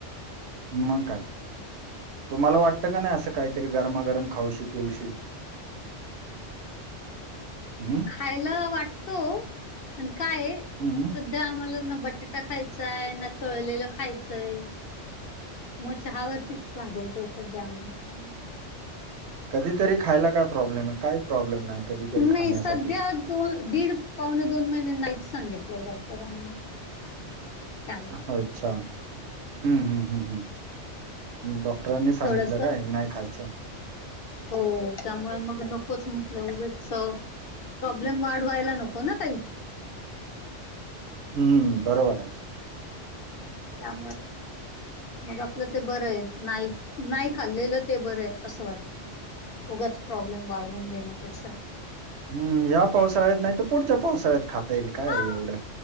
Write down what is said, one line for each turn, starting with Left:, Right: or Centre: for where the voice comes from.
Right: मग काय, तुम्हाला वाटतं का नाही असं काहीतरी गरमागरम खाऊशी पिऊशी? हम्म
Left: खायला वाटतो. पण काय आहे.
Right: हम्म.
Left: सध्या आम्हाला, न बटाटा खायचाय, न तळलेलं खायचंय. मग चहा वरतीच भागवतो सध्या आम्ही.
Right: कधीतरी खायला काय प्रॉब्लेम आहे. काही प्रॉब्लेम नाही. कधीतरी खाण्यासाठी
Left: नाही, सध्या दोन, दीड, पावणे दोन महिने नाहीच सांगितलंय डॉक्टरांनी. त्यामुळे
Right: अच्छा, हम्म-हम्म-हम्म-हम्. डॉक्टरांनी सांगितलं
Left: थोडस
Right: काय, नाही खायचं?
Left: हो, त्यामुळे मग नकोच म्हटलं, उगाच प्रॉब्लेम वाढवायला नको ना काही.
Right: हम्म, बरोबर आहे.
Left: त्यामुळे मग आपलं ते बरं आहे. नाही, नाही खाल्लेलं ते बरं आहे असं वाटत. उगाच प्रॉब्लेम वाढवून घेण्यापेक्षा.
Right: हम्म, या पावसाळ्यात नाही तर, पुढच्या पावसाळ्यात खाता येईल, काय
Left: हा
Right: एवढं.